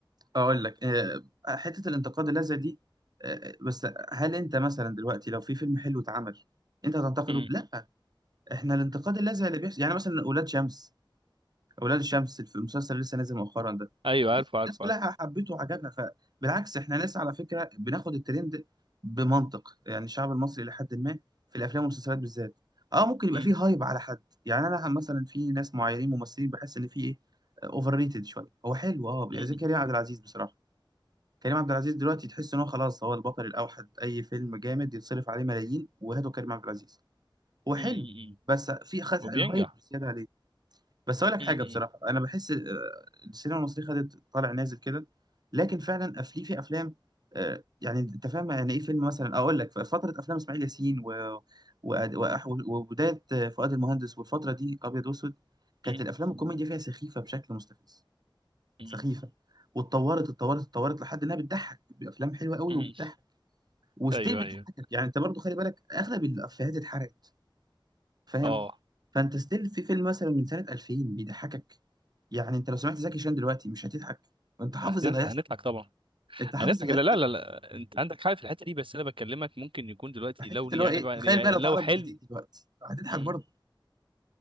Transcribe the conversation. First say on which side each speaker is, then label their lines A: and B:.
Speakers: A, on the right (about 50°); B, on the right (about 85°).
A: اقول لك آه، حته الانتقاد اللاذع دي آه، بس هل انت مثلا دلوقتي لو في فيلم حلو اتعمل انت هتنتقده
B: م.
A: لا احنا الانتقاد اللاذع اللي بيحصل يعني مثلا ولاد شمس اولاد الشمس في المسلسل اللي لسه نازل مؤخرا ده
B: ايوه
A: الناس
B: عارفه عارفه
A: كلها
B: عارفه
A: حبته وعجبها فبالعكس احنا ناس على فكره بناخد الترند بمنطق يعني الشعب المصري الى حد ما في الافلام والمسلسلات بالذات اه ممكن يبقى
B: م-
A: فيه هايب على حد يعني انا مثلا في ناس معينين ممثلين بحس ان في ايه اوفر ريتد شويه هو حلو اه زي
B: م-
A: كريم عبد العزيز بصراحه كريم عبد العزيز دلوقتي تحس ان هو خلاص هو البطل الاوحد اي فيلم جامد يتصرف عليه ملايين وهاتوا كريم عبد العزيز هو حلو
B: م- م- م.
A: بس في خد
B: وبينجح
A: الهايب زياده عليه بس اقول لك
B: امم
A: حاجه بصراحه انا بحس آه، السينما المصريه خدت طالع نازل كده لكن فعلا افلي في افلام آه، يعني انت فاهم يعني ايه فيلم مثلا اقول لك في فتره افلام اسماعيل ياسين و... و... وأح- وبدايه آه، فؤاد المهندس والفتره دي ابيض واسود كانت
B: امم
A: الافلام الكوميديا فيها سخيفه بشكل مستفز
B: امم
A: سخيفه واتطورت اتطورت اتطورت لحد انها بتضحك بافلام حلوه قوي
B: امم
A: وبتضحك وستيل
B: ايوه
A: بتضحكك
B: ايوه
A: يعني انت برضو خلي بالك اغلب الافيهات اتحرقت فاهم
B: اه
A: فانت ستيل في فيلم مثلا من سنه 2000 بيضحكك يعني انت لو سمعت زكي شان دلوقتي مش هتضحك وانت حافظ
B: هنضحك
A: اللي هيحصل
B: هنضحك طبعا
A: انت حافظ
B: هنضحك
A: اللي
B: لا
A: هيحصل
B: لا لا لا. انت عندك حاجه في الحته دي بس انا بكلمك ممكن يكون دلوقتي
A: في حته
B: لو لي
A: اللي
B: يعني,
A: هو ايه
B: بقى-
A: تخيل
B: يعني
A: بقى لو
B: لو
A: اتعرض
B: حلم
A: جديد دلوقتي هتضحك
B: مم.
A: برضه